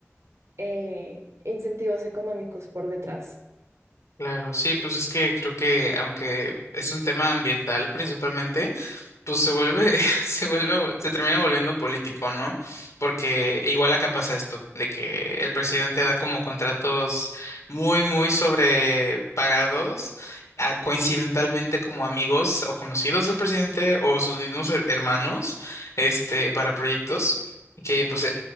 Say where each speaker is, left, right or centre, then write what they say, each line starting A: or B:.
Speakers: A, on the right (about 70°); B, on the left (about 85°).
A: eh, incentivos económicos por detrás.
B: claro, sí, pues es que creo que aunque es un tema ambiental principalmente, pues se vuelve, <laughs> se vuelve, se termina volviendo político, ¿no? Porque igual acá pasa esto, de que el presidente da como contratos muy, muy sobrepagados a coincidentalmente como amigos o conocidos del presidente o sus mismos her- hermanos, este, para proyectos que, pues, e-